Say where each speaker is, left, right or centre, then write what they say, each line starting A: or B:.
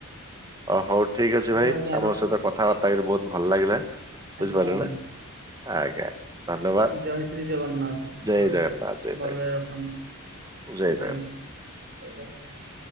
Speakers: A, on the right; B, on the right.
A: ଅ ହଉ ଠିକ ଅଛି
B: ହଉ
A: ଭାଇ
B: ଆଜ୍ଞା
A: ଆପଣଙ୍କ
B: ରଖୁଛି
A: ସହିତ କଥାବାର୍ତ୍ତା କରିି ବହୁତ ଭଲ ଲାଗିଲା ବୁଝିପାରିଲ
B: ଆଜ୍ଞା ଆଜ୍ଞା
A: ନା। ଆଜ୍ଞା ଧନ୍ୟବାଦ
B: ଜୟ ଶ୍ରୀ ଜଗନ୍ନାଥ।
A: ଜୟ
B: ହଁ
A: ଜଗନ୍ନାଥ ଜୟ
B: ଭଲରେ
A: ଜଗନ୍ନାଥ।
B: ରଖନ୍ତୁ
A: ଜୟ
B: ଆଜ୍ଞା
A: ଜଗନ୍ନାଥ।
B: <inaudible>